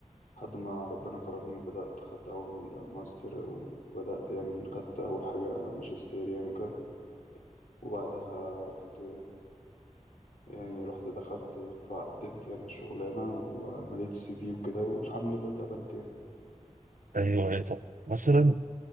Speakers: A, on the left; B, on the right.
A: لحد ما ربنا كرمني وبدأت خدت أول ماستر وبدأت يعني خدت أول حاجة ماجستير يعني وكده وبعدها رحت يعني رحت دخلت فقدمت يعني الشغلانة ومليت السي في وكده والحمد لله اتقبلت يعني
B: ايوه اي طب مثلا